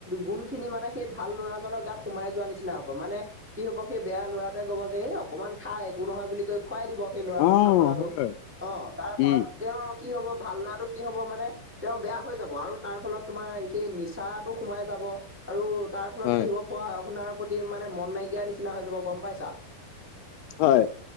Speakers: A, in the centre; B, on the left.
A: গুণ খিনি মানে সেই ভাল ল'ৰাজনৰ গাত সোমাই যোৱা নিচিনা হব মানে কি হব সেই বেয়া ল'ৰাটোৱে ক'ব যে এই অকমান খাই একো নহয় বুলি কৈ খুৱাই দিব। সেই ল'ৰাটোক
B: অ
A: ভাল লৰাটোক
B: হয়
A: অঁ, তাৰ ফলত
B: উম
A: তেওঁ কি হব ভাল লৰাটো কি হব মানে তেওঁ বেয়া হৈ যাব আৰু তাৰ ফলত তোমাৰ সেই নিচাটো সোমাই যাব আৰু তাৰ ফলত
B: হয়
A: কি হব পঢ়া শুনাৰ প্ৰতি মানে মন নাইকিয়া নিচিনা হৈ যাব গম পাইছা।
B: হয়